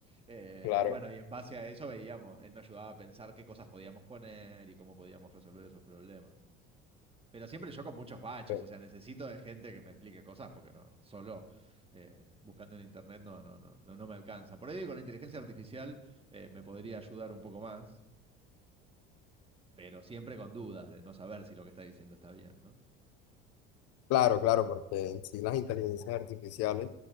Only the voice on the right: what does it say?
Eh,
y bueno, y en base a eso veíamos, él me ayudaba a pensar qué cosas podíamos poner y cómo podíamos resolver esos problemas. Pero siempre yo con muchos baches,
o sea, necesito de gente que me explique cosas porque no, solo eh, buscando en internet no, no, no, no, no me alcanza. Por ahí con la inteligencia artificial eh, me podría ayudar un poco más, pero siempre con dudas de no saber si lo que está diciendo está bien, ¿no?